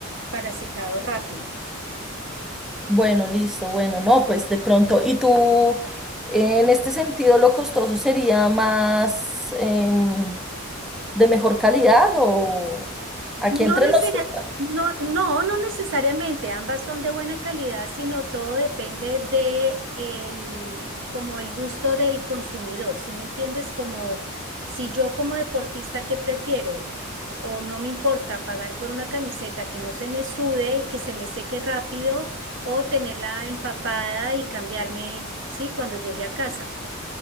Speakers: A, on the right; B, in the centre.
A: para secado rápido.
B: Bueno, listo, bueno, no, pues de pronto, y tú, en este sentido, lo costoso sería más em, de mejor calidad o aquí
A: No
B: entre
A: necesaria-
B: nosotras.
A: no, no, no necesariamente, ambas son de buena calidad, sino todo depende de el, como el gusto del consumidor, ¿sí me entiendes? Como si yo como deportista, que prefiero? O no me importa pagar por una camiseta que no se me sude, que se me seque rápido, o tenerla empapada y cambiarme, ¿sí? Cuando llegue a casa.